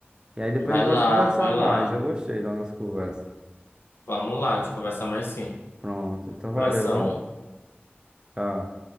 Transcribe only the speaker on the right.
E aí depois
a gente pode
conversar
mais. Eu gostei da nossa conversa.
Pronto. Então valeu,
viu? Tchau.